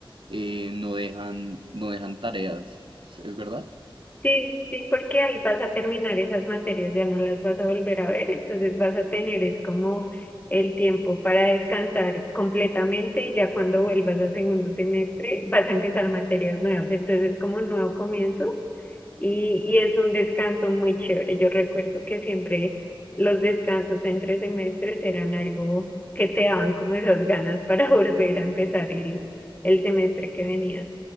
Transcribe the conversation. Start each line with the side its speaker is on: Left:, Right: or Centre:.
Right: eh, no dejan, no dejan tareas. ¿Es es verdad?
Left: Sí, sí, porque ahí vas a terminar esas materias, ya no las vas a volver a ver, entonces vas a tener es como el tiempo para descansar completamente y ya cuando vuelvas al segundo semestre vas a empezar materias nuevas, entonces es como un nuevo comienzo y, y es un descanso muy chévere. Yo recuerdo que siempre los descansos entre semestres eran algo que te daban como esas ganas para <laughs> volver a empezar el, el semestre que venía.